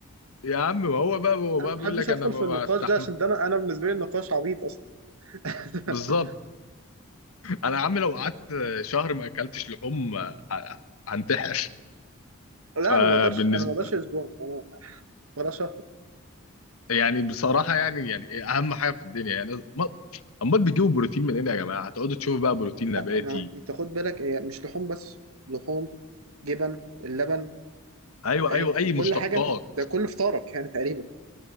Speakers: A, on the left; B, on the right.
A: يا عم ما هو بقى هو بقى
B: انا ما بحبش
A: بيقول لك
B: ادخل
A: انا ما
B: في النقاش
A: بستحمل
B: ده عشان ده انا انا بالنسبه لي النقاش عبيط اصلا <laughs>
A: بالظبط انا يا عم لو قعدت شهر ما اكلتش لحوم ه- هنتحر
B: لا
A: فبالنسبه
B: انا ما اقدرش انا ما اقدرش اسبوع انا ولا شهر
A: يعني بصراحه يعني يعني إيه اهم حاجه في الدنيا يعني أما- امال بتجيبوا بروتين منين يا جماعه هتقعدوا تشوفوا بقى بروتين نباتي
B: لا ما انت خد بالك هي مش لحوم بس لحوم جبن اللبن
A: ايوه
B: انت
A: ايوه اي مشتقات
B: كل حاجه انت ده كل فطارك يعني تقريبا